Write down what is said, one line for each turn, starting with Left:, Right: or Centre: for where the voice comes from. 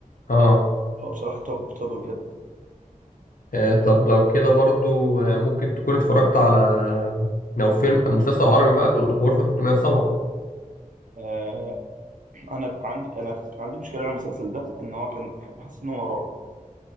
Left: آه.
Right: هو بصراحة توب توب بجد
Left: آه طب لو كده برضو آه، ممكن تكون اتفرجت على لو فيلم مسلسل عربي بقى تقول غرفة 307
Right: آه أنا عندي أنا عندي مشكلة على المسلسل ده إن هو كان حسيت إن هو رعب